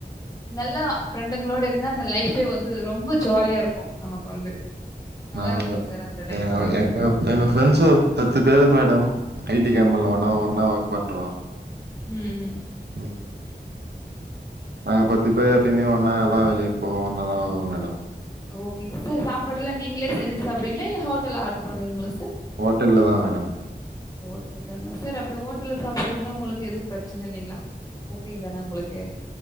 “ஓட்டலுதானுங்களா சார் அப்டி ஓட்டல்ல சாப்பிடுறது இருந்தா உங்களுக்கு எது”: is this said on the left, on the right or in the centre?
Left